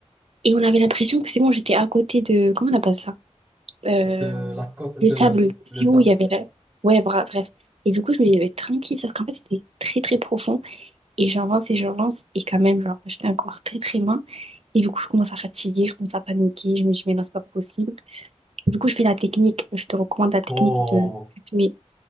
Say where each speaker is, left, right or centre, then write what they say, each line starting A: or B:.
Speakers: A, on the right (about 60°); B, on the right (about 15°).
A: Et on avait l'impression que c'est bon, j'étais à côté de. Comment on appelle ça? Euh,
B: De la côte
A: le
B: de
A: sable. C'est
B: le sable.
A: où il y avait la... Ouais, bra- bref. Et du coup, je me disais, tranquille, sauf qu'en fait, c'était très, très profond. Et j'avance et j'avance. Et quand même, genre, j'étais encore très, très loin. Et du coup, je commence à fatiguer, je commence à paniquer. Je me dis, mais non, c'est pas possible. Du coup, je fais la technique. Je te recommande la technique
B: Oh.
A: de tu te mets,